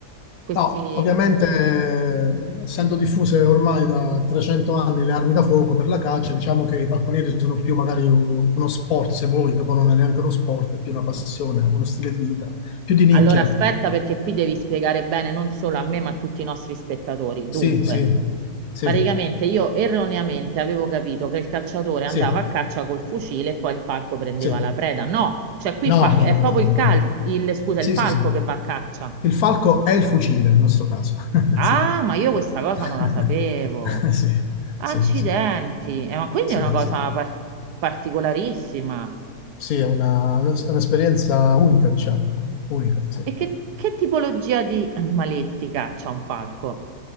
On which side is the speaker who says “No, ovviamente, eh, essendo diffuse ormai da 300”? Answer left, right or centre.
Left